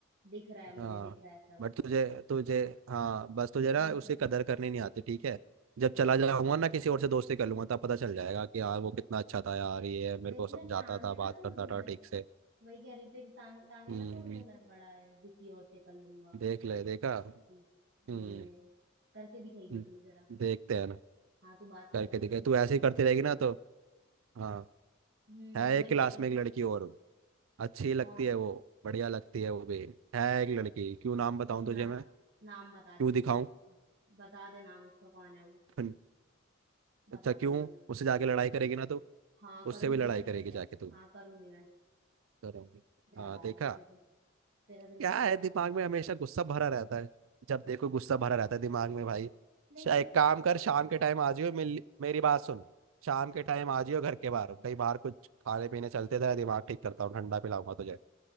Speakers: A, on the right; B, on the right.
A: दिख रहा है मुझे
B: हाँ
A: दिख रहा है सब
B: बट तुझे तुझे हाँ बस तुझे ना
A: हम्म
B: उसकी कदर करनी नहीं आती ठीक है जब
A: गोदर
B: चला जाऊंगा ना किसी और से दोस्ती कर लूंगा तब पता चल जाएगा कि यार वो कितना अच्छा था यार ये है, मेरे
A: तेरी
B: को
A: ना
B: समझाता
A: टांगे
B: था
A: ना
B: बात
A: तोड़
B: करता
A: दूं
B: था
A: मैं
B: ठीक से
A: वही कह रही तेरी टांग टांगे
B: हम्म
A: ना तोड़ दूं मैं बड़ा है बिटी और से कर लूंगा
B: देख ले देखा
A: उसकी
B: हम्म
A: ए, करके दिखाइयो
B: हम्म,
A: तू जरा
B: देखते हैं ना
A: हाँ तू बात
B: करके
A: करके
B: देखे
A: तो
B: तू
A: किसी
B: ऐसे
A: से देखा
B: ही करती रहेगी ना तो हाँ
A: हम्म
B: है एक
A: वही
B: क्लास
A: कह रही
B: में
A: है
B: एक
A: ना
B: लड़की और अच्छी लगती
A: कौन
B: है
A: है
B: वो बढ़िया लगती है वो भी है एक लड़की क्यों नाम बताऊं
A: नहीं
B: तुझे
A: ना
B: मैं
A: नाम बता
B: क्यों
A: दे तू
B: दिखाऊं
A: बस उसका बता दे नाम उसका कौन है वो
B: फिर
A: बताती
B: अच्छा क्यों
A: मैं उसको
B: उससे जाके लड़ाई करेगी ना तो
A: हाँ करूंगी
B: उससे भी लड़ाई
A: और नहीं
B: करेगी
A: तो क्या
B: जाके तू
A: हाँ करूंगी मैं
B: करोगे
A: ज्यादा
B: हाँ देखा
A: आ रही है तुझे तेरा दिमाग
B: क्या
A: ज्यादा
B: है दिमाग
A: खराब हो रहा
B: में
A: है
B: हमेशा गुस्सा भरा रहता है जब देखो गुस्सा भरा रहता है दिमाग में भाई
A: नहीं
B: शा-
A: तूने
B: एक
A: सोच
B: काम कर
A: भी
B: शाम
A: कैसे लिया
B: के टाइम आ जियो मिल मेरी बात सुन शाम के टाइम आ जियो घर के बाहर कहीं बाहर कुछ खाने पीने चलते तेरा दिमाग ठीक करता हूँ ठंडा पिलाऊंगा तुझे